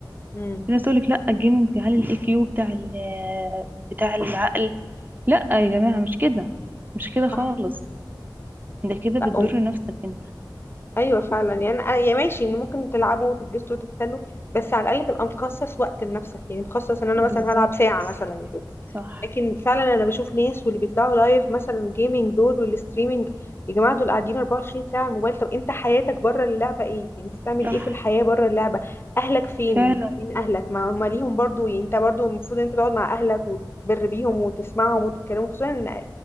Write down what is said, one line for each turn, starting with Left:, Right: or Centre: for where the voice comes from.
Left: امم
Right: في ناس تقولك لا الجيمنج بيعلي الاي كيو بتاع ال آه، بتاع العقل لا يا جماعه مش كده مش كده خالص
Left: صح
Right: انت كده
Left: لا
Right: بتضر نفسك انت
Left: ايوه فعلا يعني انا يا ماشي ان ممكن تلعبوا وتتبسطوا وتستنوا بس على الاقل تبقى مخصص وقت لنفسك يعني مخصص ان انا
Right: بالظبط
Left: مثلا هلعب ساعه مثلا كده
Right: صح
Left: لكن فعلا انا بشوف ناس واللي بيطلعوا لايف مثلا جيمنج دول والستريمنج يا جماعه دول قاعدين 24 ساعه على الموبايل طب انت حياتك بره اللعبه ايه يعني انت بتعمل
Right: صح
Left: ايه في الحياه بره اللعبه اهلك فين
Right: فعلا
Left: فين اهلك ما هم ليهم برضو يعني انت برضو المفروض ان انت تقعد مع اهلك وتبر بيهم وتسمعهم وتتكلموا خصوصا ان